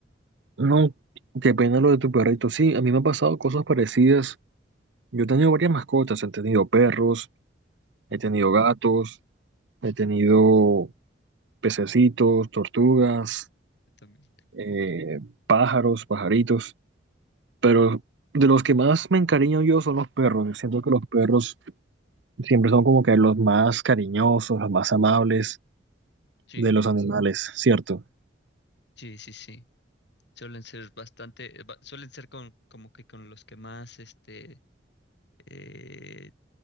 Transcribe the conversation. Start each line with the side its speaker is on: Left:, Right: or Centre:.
Right: No, qué pena lo de tu perrito. Sí, a mí me han pasado cosas parecidas. Yo he tenido varias mascotas. He tenido perros,
Left: ujú,
Right: he tenido gatos, he tenido pececitos, tortugas,
Left: yo también.
Right: eh, pájaros, pajaritos. Pero de los que más me encariño yo son los perros. Yo siento que los perros siempre son como que los más cariñosos, los más amables
Left: Sí,
Right: de los animales, ¿cierto?
Left: sí, sí, sí. Suelen ser bastante, eh, ba- suelen ser con, como que con los que más, este, eh,